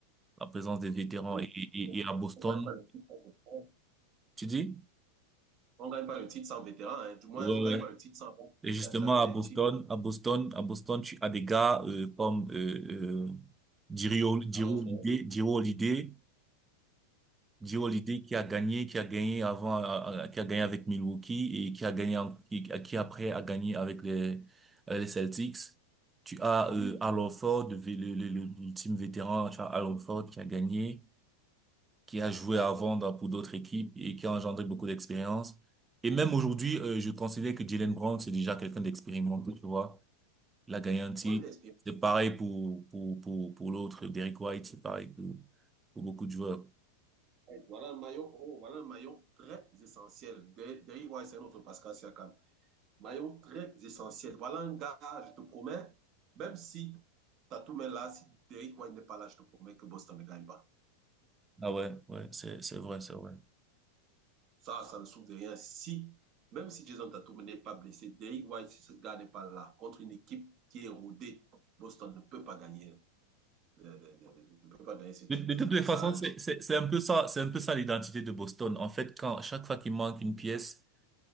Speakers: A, on the right; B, on the right.
A: la présence des vétérans.
B: Oui.
A: Et, et, et à Boston,
B: On gagne pas le titre sans vétéran.
A: tu dis?
B: On gagne pas le titre sans vétéran, hein. Du moins,
A: Ouais,
B: on
A: ouais.
B: gagne pas le titre sans un
A: Et justement,
B: qui a déjà gagné
A: à Boston,
B: le titre.
A: à Boston, à Boston, tu as des gars euh, comme euh, euh, Jiri Hol- Jiri
B: Alors,
A: Holiday,
B: faut,
A: Jiri Holiday, Joe Holiday qui a gagné, qui a gagné avant, euh, euh, qui a gagné avec Milwaukee et qui a gagné, en- qui, qui après a gagné avec les, avec les Celtics. Tu as euh, Al Horford, le, le, le, le- l'ultime vétéran, tu as Al Horford qui a gagné, qui a joué avant dans- pour d'autres équipes et qui a engendré beaucoup d'expérience. Et même aujourd'hui, euh, je considère que Jalen Brown, c'est déjà quelqu'un d'expérimenté, tu vois. Il a gagné un titre.
B: oui, l'expérience.
A: C'est pareil pour, pour, pour, pour l'autre, Derrick White, c'est pareil pour, pour beaucoup de joueurs.
B: Voilà un maillon, oh, voilà un maillon très essentiel. De- Derrick White, c'est notre Pascal Siakam. Maillot très essentiel. Voilà un gars, je te promets, même si Tatum est là, si Derrick White n'est pas là, je te promets que Boston ne gagne pas.
A: Ah ouais, ouais, c'est, c'est vrai, c'est vrai.
B: Ça, ça ne souffre de rien. Si, même si Jason Tatum n'est pas blessé, Derrick White, si ce gars n'est pas là, contre une équipe qui est rodée, Boston ne peut pas gagner, euh, de- de- de- ne peut pas gagner ce titre.
A: De, de toutes les
B: Ça,
A: façons, c'est,
B: je-
A: c'est, c'est un peu ça, c'est un peu ça l'identité de Boston. En fait, quand, chaque fois qu'il manque une pièce,